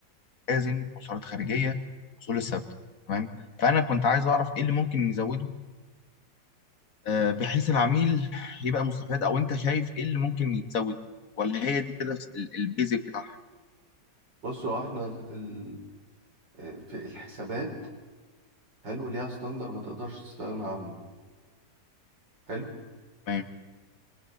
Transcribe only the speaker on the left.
لازم مصاريف خارجية اصول الثابتة تمام فانا كنت عايز اعرف ايه اللي ممكن نزوده آه، بحيث العميل يبقى مستفاد او انت شايف ايه اللي ممكن يتزود ولا هي دي كده ال- البيزك بتاعها
تمام